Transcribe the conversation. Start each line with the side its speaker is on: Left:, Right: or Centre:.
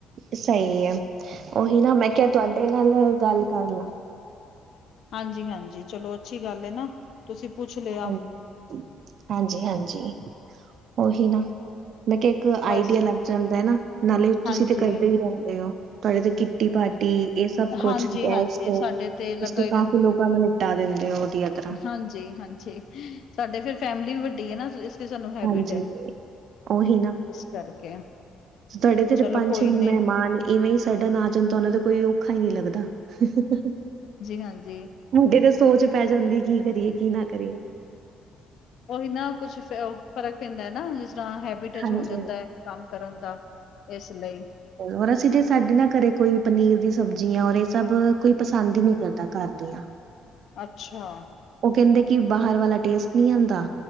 Right: ਸਹੀ ਹੈ। ਉਹੀ ਨਾ ਮੈਂ ਕਿਹਾ ਤੁਹਾਡੇ ਨਾਲ ਗੱਲ ਕਰ ਲਾ।
Left: ਹਾਂਜੀ- ਹਾਂਜੀ। ਚਲੋ ਅੱਛੀ ਗੱਲ ਹੈ ਨਾ, ਤੁਸੀਂ ਪੁੱਛ ਲਿਆ।
Right: ਹਾਂਜੀ ਹਾਂਜੀ- ਹਾਂਜੀ ਉਹੀ ਨਾ, ਮੈਂ ਕਿਹਾ ਇੱਕ ਆਈਡੀਆ
Left: ਬਸ
Right: ਲੱਗ ਜਾਂਦਾ ਹੈ ਨਾ, ਨਾਲੇ
Left: ਹਾਂਜੀ
Right: ਤੁਸੀਂ ਤੇ ਕਰਦੇ ਹੀ ਰਹਿੰਦੇ ਹੋ। ਤੁਹਾਡੇ ਤੇ ਕਿੱਟੀ ਭ ਟੀ ਏ ਸਭ ਕੁਛ
Left: ਹਾਂਜੀ-ਹਾਂਜੀ,
Right: ਗੈਸ, ਸਟੋਵ,
Left: ਸਾਡੇ ਤੇ ਲੱਗਾ ਹੀ
Right: ਕਾਫੀ ਲੋਕਾਂ ਨੂੰ ਨਿਪਟਾ ਦਿੰਦੇ ਹੋ ਵਧੀਆ ਤਰ੍ਹਾਂ।
Left: ਹਾਂਜੀ- ਹਾਂਜੀ ਸਾਡੇ ਫੇਰ ਫੈਮਿਲੀ ਵੱਡੀ ਹੈ ਨਾ ਤੇ ਸਾਨੂੰ ਹੈਬਿਟ
Right: ਹਾਂਜੀ
Left: ਏ
Right: ਉਹੀ ਨਾ
Left: ਇਸ ਕਰਕੇ।
Right: ਤੁਹਾਡੇ ਤੇ
Left: ਚਲੋ
Right: ਪੰਜ
Left: ਕੋਈ
Right: ਛੇ
Left: ਨੀ
Right: ਮਹਿਮਾਨ ਇਵੇਂ ਹੀ ਸਡਨ ਆ ਜਾਣ ਤੁਹਾਨੂੰ ਤੇ ਕੋਈ ਔਖਾ ਹੀ ਨਹੀਂ ਲੱਗਦਾ। <unintelligible>
Left: ਹਾਂਜੀ।
Right: ਮੁੰਡੇ ਤੇ ਸੋਚ ਪੈ ਜਾਂਦੀ ਕੀ ਕਰੀਏ ਕੀ ਨਾ ਕਰੀਏ।
Left: ਉਹੀ ਨਾ ਕੁਛ ਫਰਕ ਪੈਂਦਾ ਹੈ ਨਾ ਜਿਸ ਤਰ੍ਹਾਂ ਹੈਬਿਟ ਟਚ
Right: ਹਾਂਜੀ
Left: ਹੋ ਜਾਂਦਾ ਹੈ ਕੰਮ ਕਰਨ ਦਾ ਇਸ ਲਈ।
Right: ਹੋਰ ਅਸੀਂ ਤੇ ਸਾਡੇ ਨਾ ਘਰੇ ਕੋਈ ਪਨੀਰ ਦੀ ਸਬਜ਼ੀ ਆ, ਔਰ ਇਹ ਸਭ ਕੋਈ ਪਸੰਦ ਹੀ ਨਹੀਂ ਕਰਦਾ ਘਰ ਦੀਆਂ।
Left: ਅੱਛਾ।
Right: ਉਹ ਕਹਿੰਦੇ ਕਿ ਬਾਹਰ ਵਾਲਾ ਟੇਸਟ ਨਹੀਂ ਆਉਂਦਾ